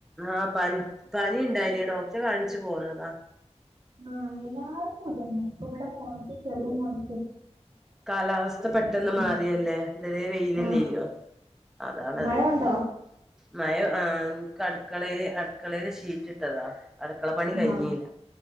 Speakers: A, in the centre; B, on the right.
A: ആ പനി പനി ഉണ്ടായിന് ഡോക്ടറെ കാണിച്ചു പോന്നതാ
B: ആ എല്ലാർക്കും ഇത് തന്നെ ഇപ്പ ഇവിടെ ചെറിയ മോനും
A: കാലാവസ്ഥ പെട്ടെന്ന്
B: ജലദോഷം
A: മാറിയല്ലേ ഇതെരെ വെയിലല്ലഞ്ഞു
B: ആ
A: അതാണത്
B: മഴ ഉണ്ടോ
A: മയ ആ അടുക്കളേല് അടുക്കളയില് ഷീറ്റ് ഇട്ടതാ അടുക്കള പണി കഴിഞ്ഞില്ല
B: ആ